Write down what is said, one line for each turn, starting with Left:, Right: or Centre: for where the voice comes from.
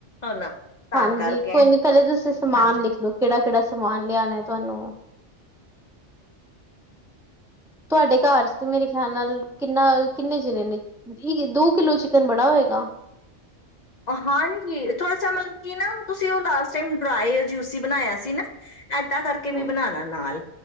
Left: ਹੁਣ ਤਾਂ
Centre: ਹਾਂਜੀ
Left: ਕਰਕੇ
Centre: ਕੋਈ ਨੀ ਪਹਿਲੇ ਤੁਸੀਂ ਸਮਾਨ
Left: ਹਾਂਜੀ
Centre: ਲਿਖ ਲਓ ਕਿਹੜਾ ਕਿਹੜਾ ਸਮਾਨ ਲਿਆਉਣਾ। ਤੁਹਾਨੂੰ ਤੁਹਾਡੇ ਘਰ ਤੇ ਮੇਰੇ ਖਿਆਲ ਨਾਲ ਕਿੰਨਾ ਕਿੰਨੇ ਚਣੇ ਨੇ ਦੋ ਕਿਲੋ ਤੇ ਬੜਾ ਹੋਏਗਾ।
Left: ਹਾਂਜੀ, ਥੋੜਾ ਸ ਮਤਲਬ ਕਿ ਨਾ ਤੁਸੀਂ ਉਹ ਲਾਸਟ ਟਾਈਮ ਡਰਾਈ ਜੂਸੀ ਬਣਾਇਆ ਸੀ ਨਾ ਏਦਾਂ ਕਰਕੇ ਵੀ
Centre: ਹੂੰ।
Left: ਬਣਾਣਾ ਨਾਲ